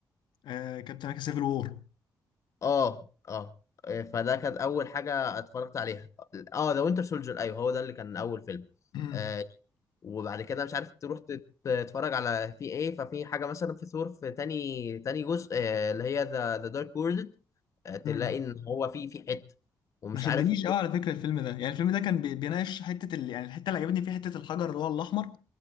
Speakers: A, on the left; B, on the left.
A: آه كابتن امريكا سيفل وور
B: اه اه آه، فده كانت اول حاجه اتفرجت عليها اه ذا وينتر سولجر ايوه هو ده اللي كان اول فيلم
A: امم
B: آه، وبعد كده مش عارف تروح تت- تتفرج على في ايه ففي حاجه مثلا في ثور في تاني تاني جزء آه، اللي هي ذا ذا دارك وورلد
A: امم
B: تلاقي ان هو في في حته ومش
A: ما شدنيش
B: عارف
A: قوي على فكره الفيلم ده يعني الفيلم ده كان بي- بيناقش حته ال... يعني الحته اللي عجبتني فيها حته الحجر اللي هو الاحمر